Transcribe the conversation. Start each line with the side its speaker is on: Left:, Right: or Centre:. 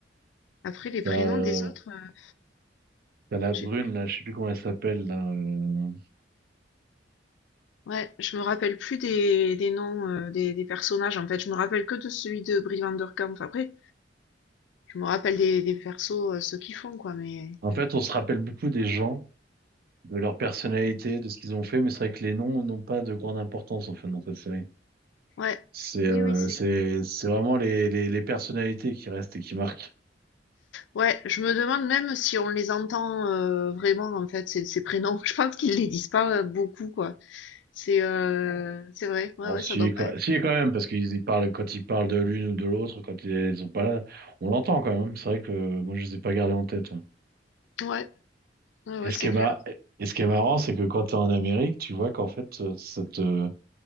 Left: Après les prénoms
Right: T'as euh,
Left: des autres, heu,
Right: t'as la
Left: j'ai
Right: brune, là, je sais plus comment elle s'appelle. là, euh.
Left: Ouais, je me rappelle plus des, des noms euh, des, des personnages en fait. Je me rappelle que de celui de Brie Van Der Kamp. Après, je me rappelle des, des persos, euh, ceux qui font quoi. Mais
Right: En fait, on se rappelle beaucoup des gens, de leur personnalité, de ce qu'ils ont fait, mais c'est vrai que les noms n'ont pas de grande importance, en fait, dans cette série.
Left: ouais,
Right: C'est euh,
Left: oui, oui, c'est.
Right: c'est, c'est vraiment les, les, les personnalités qui restent et qui marquent.
Left: Ouais, je me demande même si on les entend euh, vraiment en fait ces, ces prénoms. <laughs> Je pense qu'ils les disent pas euh, beaucoup quoi. C'est euh,
Right: Bon.
Left: c'est vrai. Ouais,
Right: Oh,
Left: ouais,
Right: si,
Left: ça doit
Right: quand,
Left: pas être.
Right: si, quand même, parce qu'ils y parlent, quand ils parlent de l'une ou de l'autre, quand ils sont pas là, on l'entend quand même. C'est vrai que euh, moi, je les ai pas gardés en tête. ouais.
Left: Ouais, ouais, ouais,
Right: Et ce
Left: c'est
Right: qui est
Left: clair.
Right: mar- et ce qui est marrant, c'est que quand tu es en Amérique, tu vois qu'en fait, euh, cette, euh,